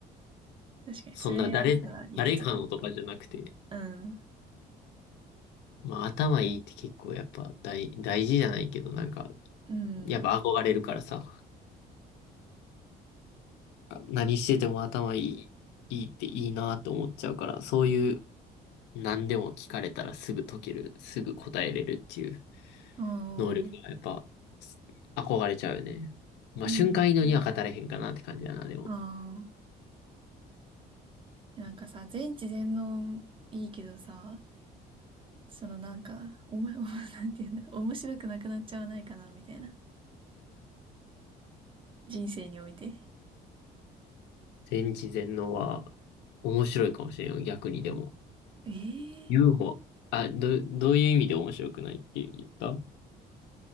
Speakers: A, on the right; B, on the left.
A: 確かに。
B: そんな誰、
A: それやったら一発やね。
B: 誰かのとかじゃなくて、
A: うん。
B: まあ、頭いいって結構やっぱ大、大事じゃないけど、なんか、
A: うん。
B: やっぱ憧れるからさ、何してても頭いい、いいっていいなって思っちゃうから、そういう、何でも聞かれたらすぐ解ける、すぐ答えれるっていう
A: ああ
B: 能力がやっぱ憧れちゃうよね。まあ瞬間移動には語れへんかなって感じだな、
A: うん。
B: でも。
A: ああ。なんかさ、全知全能いいけどさ、そのなんか、おも、<laughs> おもなんて言うんだろう、面白くなくなっちゃわないかな、みたいな。人生において。
B: 全知全能は面白いかもしれんよ、逆にでも。
A: ええ
B: UFO、あ、ど、どういう意味で面白くないって言った